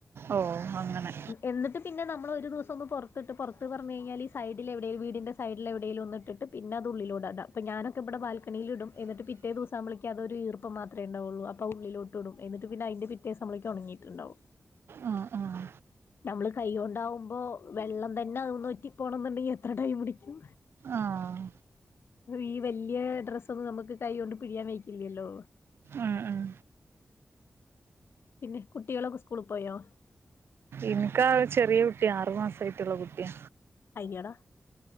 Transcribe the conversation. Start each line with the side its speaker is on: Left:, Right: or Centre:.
Right: ഓഹ് അങ്ങനെ
Left: എന്നിട്ട് പിന്നെ നമ്മള് ഒരു ദിവസൊന്ന് പൊറത്ത്ട്ട് പൊർത്ത് പർഞ്കൈഞ്ഞാല് ഈ സൈഡിലെവിടേലും വീടിന്റെ സൈഡിലെവിടേലും ഒന്ന്ട്ട്ട്ട് പിന്നെ അത് ഉള്ളിലൂടെടാം. അപ്പ ഞാനൊക്കെ ഇവടെ ബാൽക്കണില്ടും എന്ന്ട്ട് പിറ്റേ ദിവസാകുമ്പളേക്കും അതൊരു ഈർപ്പ പ്പം മാത്രേണ്ടാവൊള്ളൂ അപ്പം ഉള്ളിലൊട്ട്ടും. എന്നിട്ട് പിന്നെ അയിന്റെ പിറ്റേസാവുമ്പളേക്കും ഒണങ്ങീറ്റ്ണ്ടാവും
Right: ആഹ് ആഹ്
Left: നമ്മള് കൈയ്യോണ്ടാവുമ്പോ വെള്ളം തന്നെ അതീന്ന് ഒറ്റി പോണം ന്ന്ണ്ടെങ്കിൽ എത്ര ടൈം പിടിക്കും
Right: ആഹ്
Left: ഈ വല്ല്യേ ഡ്രസ്സൊന്നും നമ്മക്ക് കൈകൊണ്ട് പിഴിയാൻ വെയ്ക്കില്ലല്ലോ
Right: ആഹ് ആഹ്
Left: പിന്നെ കുട്ട്യാളൊക്കെ സ്കൂള് പോയോ
Right: ഇൻക്കാ ചെറ്യേ കുട്ട്യാ, ആറ് മാസായ്റ്റ്ള്ള കുട്ട്യാ
Left: അയ്യടാ